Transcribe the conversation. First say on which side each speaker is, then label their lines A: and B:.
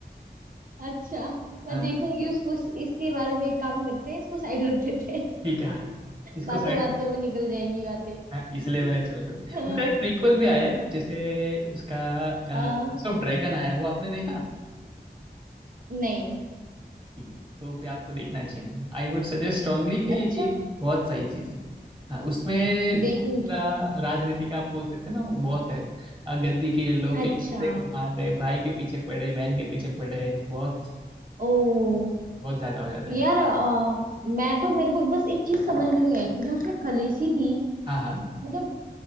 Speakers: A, on the right; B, on the right.
A: अच्छा मैं
B: हाँ
A: देखूंगी उसको इस- इसके बारे में एक काम करते हैं इसको साइड रख देते हैं
B: ठीक है हाँ इसको
A: बातों
B: साइड
A: बातों
B: में
A: पे निकल जाएगी बातें
B: हाँ इसलिए मैंने चल
A: <laughs>
B: तो उसका एक प्रीक्वल भी आया है जैसे उसका हाउस
A: हाँ, आ,
B: ऑफ ड्रैगन आया है वो आपने देखा
A: नहीं
B: ठीक है तो भी आपको देखना चाहिए आई वुड सजेस्ट स्ट्रांगली कि
A: अच्छा
B: ये बहुत सही चीज है हाँ, उसमें
A: देखूंगी
B: बहुत ज्यादा राजनीति का आप बोल सकते हैं ना वो बहुत है अ, गद्दी के लोग एक
A: अच्छा
B: दूसरे को मार रहे भाई के पीछे पड़े बहन के पीछे पड़े बहुत
A: ओ
B: बहुत ज्यादा हो जाता
A: यार
B: है
A: आ, मैं तो मेरे को बस एक चीज समझ में नहीं आई थी जो उसमें खलीसी थी
B: हाँ हाँ
A: मतलब